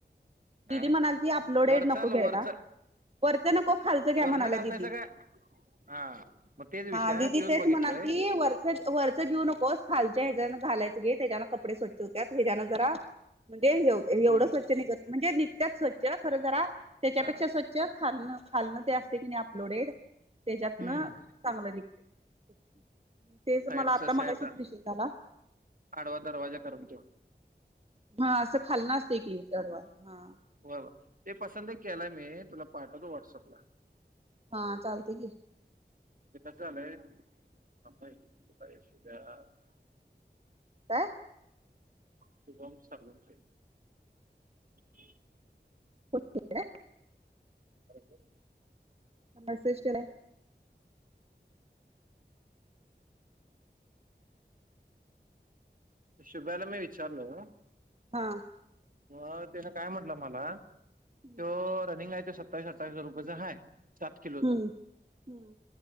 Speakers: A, on the right; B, on the right.
A: दिदी
B: ह
A: म्हणालती अपलोडेड
B: वरचा
A: नको घ्यायला.
B: वरच
A: वरचं नको खालचं घ्या
B: वरण
A: म्हणाल्या
B: घालतायचा
A: दिदी
B: काय हा मग तेच विषय
A: हा
B: आहे
A: दिदी
B: तोच
A: तेच
B: बघितलाय
A: म्हणातली वरच वरच घेऊ नकोस खाल त्या ह्याजा घालायच घे त्याजान कपडे स्वछ होत्यात हेजान जरा म्हणजे हे होतय
B: हम्म
A: एवढं स्वछ निघत जे निकत्याच स्वच्छ खरं जरा त्याच्यापेक्षा
B: हा
A: स्वच्छ खाल्न खालनं ते असते की नाही अपलोडेड त्याच्यातन
B: हम्म
A: चांगलं निघतय. <inaudible> तेच
B: साईडचा
A: मला आता
B: साईड
A: मगाशीच विषय झाला.
B: आडवा दरवाजा करून ठेव
A: हा असं खालना असतय की दडवा हा
B: व्हय व्हय ते पसंद एक केलाय मी तुला पाठवतो व्हॉट्सअपला
A: हा चालते की
B: ते कसं झालंय <unintelligible>
A: काय
B: शुभम सर्वटे <inaudible>
A: <inaudible>
B: <unintelligible>
A: मेसेज केलाय
B: शुभ्याला मी विचारलो
A: हा.
B: मग त्यान काय म्हंटलं मला त्यो
A: हम्म
B: रनिंग हाय त्यो सत्तावीसं आठ्ठावीस रुपयचा हाय सात किलोचा
A: हम्म हम्म